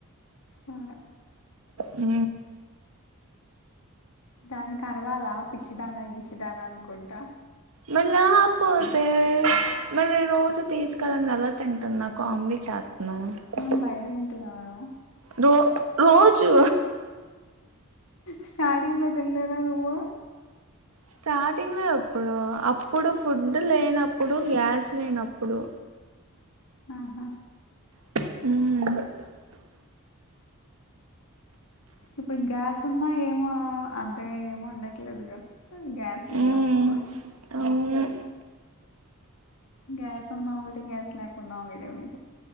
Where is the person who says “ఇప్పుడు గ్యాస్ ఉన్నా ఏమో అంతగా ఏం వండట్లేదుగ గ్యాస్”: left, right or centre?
Left